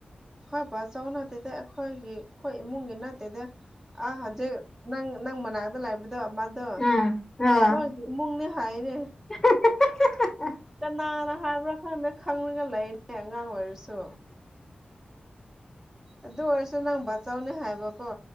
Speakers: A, on the right (about 15°); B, on the left (about 15°).
A: ꯈꯣꯏ ꯄꯥꯆꯧ ꯅꯠꯇꯦꯗ ꯑꯩꯈꯣꯏꯒꯤ ꯈꯣꯏ ꯏꯃꯨꯡꯒꯤ ꯅꯠꯇꯦꯗ ꯑꯥ ꯍꯖꯤꯛ ꯅꯪ ꯅꯪ ꯃꯅꯥꯛꯇ ꯂꯩꯕꯗꯣ ꯃꯥꯗꯣ
B: ꯎꯝ ꯑ
A: ꯃꯣꯏꯒꯤ ꯏꯃꯨꯡꯅꯦ ꯍꯥꯏꯔꯦ
B: <unintelligible>
A: ꯀꯅꯥꯅ ꯍꯥꯏꯕ꯭ꯔꯥ ꯈꯪꯗꯦ ꯈꯪꯉꯒ ꯂꯩꯅꯦ ꯑꯉꯥꯡ ꯑꯣꯏꯔꯁꯨ ꯑꯗꯨ ꯑꯣꯏꯔꯁꯨ ꯅꯪ ꯕꯥꯆꯧꯅꯦ ꯍꯥꯏꯕꯀꯣ